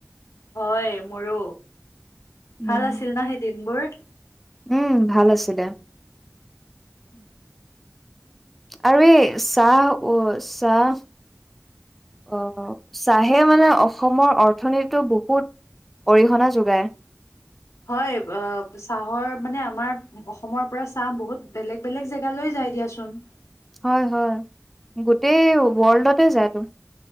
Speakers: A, on the left; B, in the centre.
A: হয় মোৰো।
B: উম
A: ভাল আছিল ন হে দিনবোৰ?
B: উম ভাল আছিলে।
A: উ।
B: আৰু এই চাহ, অ' চাহ, অ' চাহে মানে অসমৰ অৰ্থনীতিটো বহুত অৰিহণা যোগায়।
A: হয়। আ চাহৰ মানে আমাৰ অসমৰ পৰা চাহ বহুত বেলেগ-বেলেগ জেগালৈ যায় দিয়াচোন।
B: হয়, হয় গোটেই ৱৰ্ল্ডতে যায়তো।